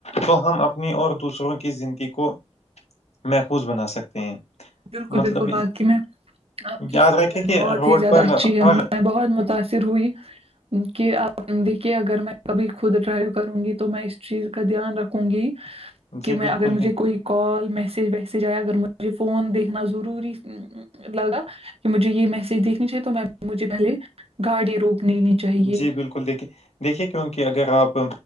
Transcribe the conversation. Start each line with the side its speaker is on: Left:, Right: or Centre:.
Left: تو ہم اپنی اور دوسروں کی زندگی کو محفوظ بنا سکتے ہیں
Right: بالکل
Left: مطلب
Right: بالکل واقعی میں آپ کی
Left: یاد رکھے
Right: سمجھ
Left: کہ
Right: بہت
Left: روڈ
Right: ہی زیادہ
Left: پر
Right: اچھی ہے
Left: ہر
Right: آب میں بہت متاثر ہوئی کہ آپ دیکھیے اگر میں کبھی خود ڈرائیو کروں گی تو میں اس چیز کا دھیان رکھوں گی
Left: جی
Right: کہ میں
Left: بالکل
Right: اگر مجھے
Left: نہیں
Right: کوئی کال میسج ویسیج آیا اگر مجھے فون دیکھنا ضروری لگا کہ مجھے یہ میسج دیکھنی چاہیے تو میں مجھے پہلے گاڑی روک لینی چاہیے
Left: جی بالکل دیکھیے دیکھیے کیونکہ اگر آپ